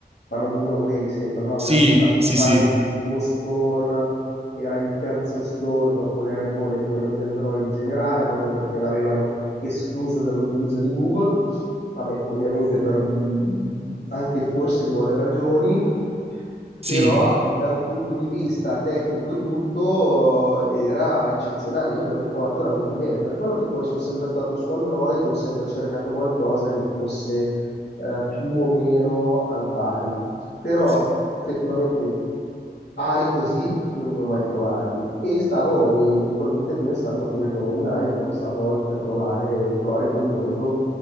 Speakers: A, on the left; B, on the right.
A: parlo di Huawei sembra, no? Aveva
B: Sì,
A: tentato
B: sì,
A: di fare
B: sì,
A: il suo store, che era il terzo store dopo l'Apple e quello di Android generale, proprio perché l'avevano escluso dall'utilizzo di Google. Vabbè, ovviamente per mh, anche forse buone ragioni,
B: sì,
A: però da un punto di vista tecnico e tutto era eccezionale, io mi ero trovato veramente bene, per quello che poi sono sempre stato su Android, e ho sempre cercato qualcosa che fosse eh, più o meno al pari, però
B: sì,
A: effettivamente pari così non ne ho mai trovati e stavo eventualmente pensando appunto un iPhone stavolta provare, provare col mondo